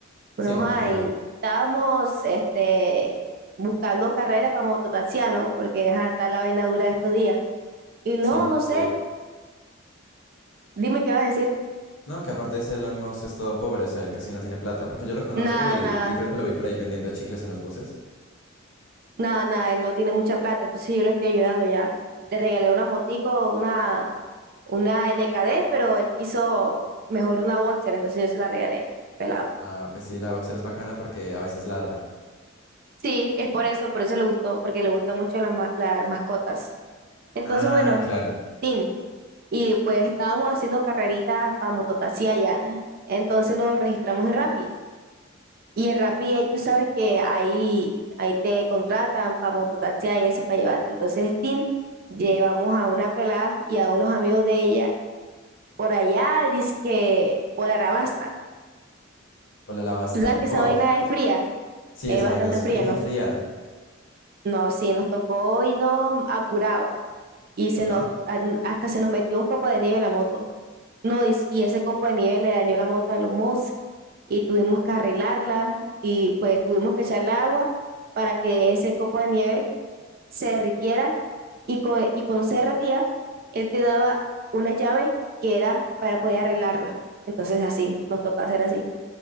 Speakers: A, on the right; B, on the left.
A: Bueno,
B: Sí, un
A: ajá,
B: poquitito.
A: y estábamos este, buscando carrera para mototaxiano, porque ajá, está la vaina dura de estos días. Y no,
B: Sí,
A: no sé,
B: eh,
A: dime qué vas a decir.
B: no, que aparte ese Elon Musk es todo pobre, o sea, él casi no tiene plata, porque yo lo conozco
A: Nada,
B: y,
A: nada,
B: y creo que lo vi por ahí vendiendo chicles en los buses.
A: nada, nada, él no tiene mucha plata, entonces yo le estoy ayudando ya. Le regalé una motico, una una N K D pero él quiso mejor una boxer, entonces yo se la regalé, pelado.
B: Ah, pues sí, la Boxer es bacana porque a veces ladra.
A: Sí, es por eso, por eso le gustó, porque le gustan mucho las ma- las mascotas. Entonces,
B: Ah,
A: bueno,
B: claro.
A: Tin, y pues estábamos haciendo carreritas para mototaxi allá. Entonces nos registramos en Rappi. Y en Rappi ahí tú sabes que ahí, ahí te contratan para mototaxi y eso para llevarte. Entonces, Tin, llevamos a una pelada y a unos amigos de ella por allá, dice que por Arabasta.
B: ¿Por la lavasta?
A: ¿Tú sabes
B: Bof.
A: que esa vaina es fría?
B: Sí,
A: eh,
B: esa
A: bastante
B: vaina es
A: fría,
B: fría,
A: ¿no?
B: fría.
A: No, sí, nos tocó irnos apurado y se
B: Ajá.
A: nos, an- hasta se nos metió un copo de nieve en la moto. No, y, s- y ese copo de nieve le dañó la moto a los Musk y tuvimos que arreglarla y pues tuvimos que echarle agua para que ese copo de nieve se derritiera y, co- y cuando se derretía, él te daba una llave que era para poder arreglarla. Entonces así, nos tocó hacer así.